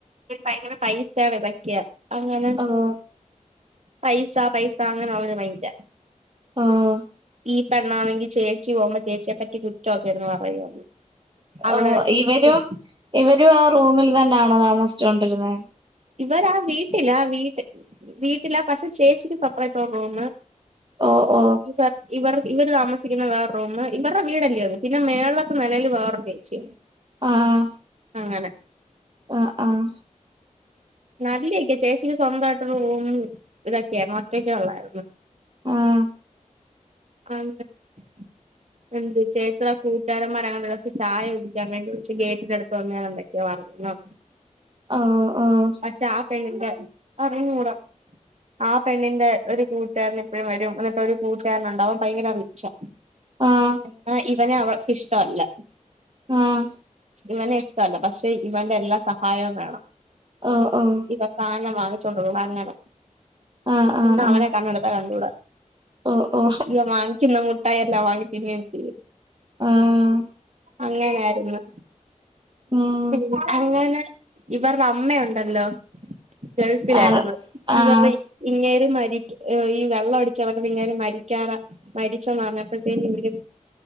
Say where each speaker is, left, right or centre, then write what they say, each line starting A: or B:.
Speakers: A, on the right; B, on the right.
A: പിന്നെ ഭയങ്കര പൈസാണ് ബക്കിയ അങ്ങനെ
B: ആഹ്
A: പൈസ പൈസ അങ്ങനെ ഒര് മൈൻഡാ
B: ആഹ്
A: ഈ പെണ്ണാണെങ്കിൽ ചേച്ചി പോകുമ്പോൾ ചേച്ചിയെപ്പറ്റി കുറ്റൊക്കെയിരുന്നു പറയാ അവിടെ
B: ആഹ് ഇവരും
A: <unintelligible>
B: ഇവരും ആ റൂമിൽ തന്നെയാണോ താമസിച്ചു കൊണ്ടിരുന്നേ
A: ഇവരാ വീട്ടിലാ വീട്ട വീട്ടിലാ പക്ഷെ ചേച്ചിക്ക് സപ്പറേറ്റൊര് റൂമ്
B: ഓഹ് ഓഹ്
A: ഇവ ഇവർ ഇവര് താമസിക്കുന്ന വേറെ റൂം ഇവരുടെ വീടല്ലേ അത് പിന്നെ മേളലത്തെ നിലയിൽ വേറൊരു ചേച്ചിയ
B: ആഹ്
A: അങ്ങനെ
B: ആഹ് ആഹ്
A: നല്ലൊക്കെയ ചേച്ചിക്ക് സ്വന്തമായിട്ടൊര് റൂമും ഇതൊക്കെയായിരുന്നു ഒറ്റക്കെള്ളായിരുന്നു.
B: ആഹ്
A: അ <unintelligible> എന്ത് ചേചിടെ കൂട്ടാരന്മാരങ്ങാണ്ടൊര്സം ചായ കുടിക്കാൻ വേണ്ടി വിളിച്ച് ഗേറ്റിന്റെ അടുത്ത് വന്ന് എന്തൊക്കയോപറഞ്ഞ്
B: ആഹ് ആഹ്
A: പക്ഷെ ആ പെണ്ണിന്റെ അവര് മൂഢ ആ പെണ്ണിന്റെ ഒരു കൂട്ടുകാരൻ എപ്പഴും വരും എന്നിട്ട് ഒരു കൂട്ടുകാരനൊണ്ടവൻ ഭയങ്കര റിച്ചാ
B: ആഹ്
A: എന്നാ ഇവനെ അവൾക്ക് ഇഷ്ടല്ല.
B: ആഹ്
A: ഇവനെ ഇഷ്ടല്ല പക്ഷെ ഇവന്റെ എല്ലാ സഹായവും വേണം.
B: ആഹ് ആഹ്
A: ഇവൻ സാധനം വാങ്ങിച്ചോണ്ടൂ വരണം അങ്ങനെ
B: ആഹ്
A: എന്നിട്ട്
B: ആഹ്
A: അവനെ
B: ആഹ്
A: കണ്ണെടുത്താ കണ്ടൂടാ.
B: ഓ ഓ
A: ഇവൻ വാങ്ങിക്ക്ന്ന മുട്ടായി എല്ലാം വാങ്ങി തിന്നേം ചെയ്യും.
B: ആഹ്
A: അങ്ങനാര്ന്ന്
B: ഉം
A: <unintelligible> ഇങ്ങനെ ഇവര്ടെ അമ്മയൊ ണ്ടല്ലോ ഗൾഫിലായിര്ന്ന്
B: ആറ് ആഹ്
A: ഇവര്ടെയി ഇങ്ങേര് മരിക്ക് ഈ വെള്ളം അടിച്ച് കെടക്കുന്ന ഇങ്ങേര് മരിക്കാറാ മരിച്ചെന്നറിഞ്ഞപ്പത്തേനും ഇവര്